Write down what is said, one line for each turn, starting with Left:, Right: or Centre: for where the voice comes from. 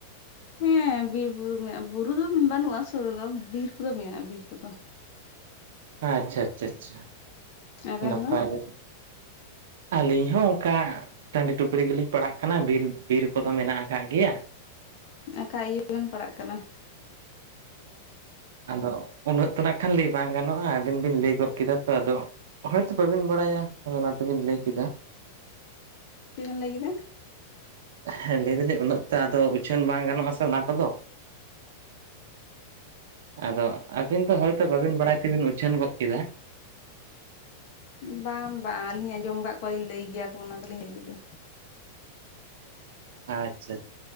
Left: ᱦᱮᱸ ᱵᱤᱨ ᱵᱩᱨᱩ ᱢᱮᱱᱟᱜᱼᱟ ᱵᱩᱨᱩ ᱫᱚ ᱵᱟᱹᱱᱩᱜᱼᱟ ᱥᱩᱨ ᱨᱮᱫᱚ ᱵᱤᱨ ᱠᱚᱫᱚ ᱢᱮᱱᱟᱜᱼᱟ ᱵᱤᱨ ᱠᱚᱫᱚ᱾
Right: ᱟᱪᱪᱷᱟ ᱟᱪᱪᱷᱟ
Left: ᱟᱵᱮᱱ
Right: ᱱᱟᱯᱟᱭ
Left: ᱫᱚ
Right: ᱜᱮᱛᱚ ᱟᱹᱞᱤᱧ ᱦᱚᱸ ᱚᱱᱠᱟ ᱴᱟᱺᱰᱤ ᱴᱩᱯᱨᱤ ᱜᱮᱞᱤᱧ ᱯᱟᱲᱟᱜ ᱠᱟᱱᱟ ᱵᱤᱨ ᱵᱤᱨ ᱠᱚᱫᱚ ᱢᱮᱱᱟᱜ ᱟᱠᱟᱫ ᱜᱮᱭᱟ᱾
Left: ᱟᱠᱟ ᱤᱭᱟᱹ ᱵᱮᱱ ᱯᱟᱲᱟᱜ ᱠᱟᱱᱟ?
Right: ᱟᱫᱚ ᱩᱱᱟᱹᱜ ᱛᱮ ᱱᱟᱜ ᱠᱷᱟᱱ ᱞᱟᱹᱭ ᱵᱟᱝ ᱜᱟᱱᱚᱜᱼᱟ ᱟᱹᱵᱤᱱ ᱵᱤᱱ ᱞᱟᱹᱭ ᱜᱚᱫ ᱠᱮᱫᱟ ᱛᱚ ᱟᱫᱚ ᱦᱳᱭᱛᱳ ᱵᱟᱹᱵᱤᱱ ᱵᱟᱲᱟᱭᱟ ᱚᱱᱟ ᱛᱮᱵᱤᱱ ᱞᱟᱹᱭ ᱠᱮᱫᱟ᱾
Left: ᱪᱮᱫ ᱵᱮᱱ ᱞᱟᱹᱭ ᱠᱮᱫᱟ?
Right: ᱦᱮᱸ ᱞᱟᱹᱭ ᱫᱟᱞᱤᱧ ᱩᱱᱟᱹᱜ ᱛᱮ ᱟᱫᱚ ᱩᱪᱷᱟᱹᱱ ᱵᱟᱝ ᱜᱟᱱᱚᱜ ᱟᱥᱮ ᱚᱱᱟ ᱠᱚᱫᱚ ᱟᱫᱚ ᱟᱹᱵᱤᱱ ᱫᱚ ᱦᱚᱭᱛᱚ ᱵᱟᱵᱤᱱ ᱵᱟᱲᱟᱭ ᱛᱮᱵᱤᱱ ᱩᱪᱷᱟᱹᱱ ᱜᱚᱫ ᱠᱮᱫᱟ᱾
Left: ᱵᱟᱝ ᱵᱟᱝ ᱟᱹᱞᱤᱧ ᱟᱸᱡᱚᱢ ᱟᱠᱟᱫ ᱠᱚᱣᱟᱞᱤᱧ ᱞᱟᱹᱭ ᱜᱮᱭᱟ ᱠᱚ ᱚᱱᱟ ᱫᱚᱞᱤᱧ ᱞᱟᱹᱭ ᱠᱮᱫᱟ᱾
Right: ᱟᱪᱪᱷᱟ᱾